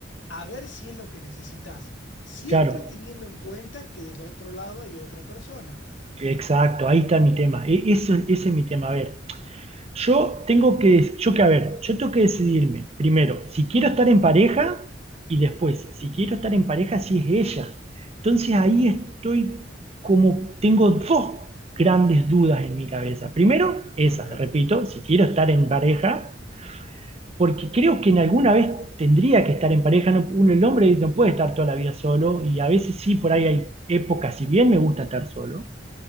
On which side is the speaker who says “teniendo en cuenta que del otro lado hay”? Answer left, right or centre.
Left